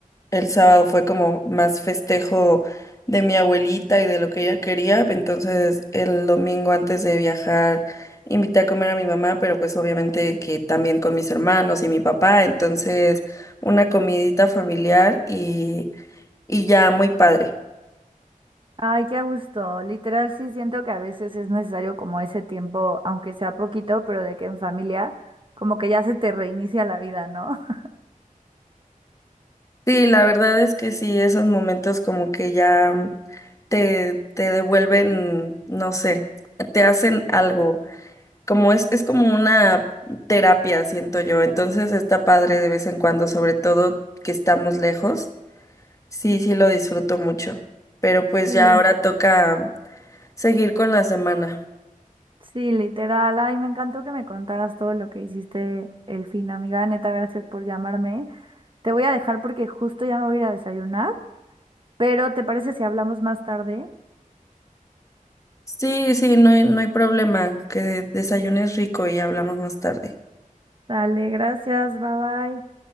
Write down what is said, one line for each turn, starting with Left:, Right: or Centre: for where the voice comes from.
Left: el sábado fue como más festejo de mi abuelita y de lo que ella quería. Entonces, el domingo antes de viajar, invité a comer a mi mamá, pero pues obviamente que también con mis hermanos y mi papá. Entonces, una comidita familiar y, y ya muy padre.
Right: Ay, qué a gusto. Literal, sí siento que a veces es necesario como ese tiempo, aunque sea poquito, pero de que en familia como que ya se te reinicia la vida, ¿no? <laughs>
Left: Sí, la verdad es que sí, esos momentos como que ya te, te devuelven, no sé, te hacen algo. como es, es como una terapia, siento yo. Entonces está padre de vez en cuando, sobre todo que estamos lejos. Sí, sí lo disfruto mucho. Pero pues
Right: Sí,
Left: ya Sí. ahora toca seguir con la semana.
Right: sí, literal. Ay, me encantó que me contaras todo lo que hiciste el fin, amiga. Neta, gracias por llamarme. Te voy a dejar porque justo ya me voy a ir a desayunar, pero ¿te parece si hablamos más tarde?
Left: Sí, sí, no hay, no hay problema. Que desayunes rico y hablamos más tarde.
Right: Dale, gracias, bye bye.